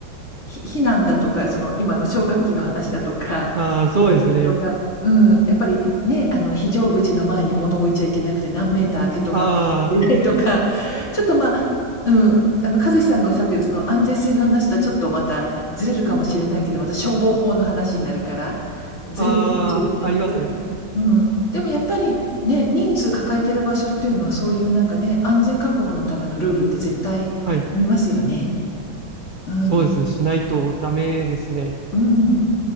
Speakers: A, on the left; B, on the right.
A: ひ避難だとか、その今の消火器の話だとか、
B: ーあー、そうですね。
A: どこに置くとか、うん、やっぱりね、あの非常口の前に物を置いちゃいけなくて、何メーター開けとかなちゃいけないとか、
B: あ
A: ちょっとまあ、うん、あの和志さんのおっしゃってるその安全性の話とはちょっとまたずれるかもしれないけど、また消防法の話になるから、ずれるかもしれないけど、
B: あ、ああ、ありますね。<laughs>
A: うん、でもやっぱりね、人数抱えてる場所っていうのは、そういうなんかね、安全確保のためのルールって絶対見ますよね。
B: はい。
A: うん、
B: そうですね。しないとダメですね。
A: うん。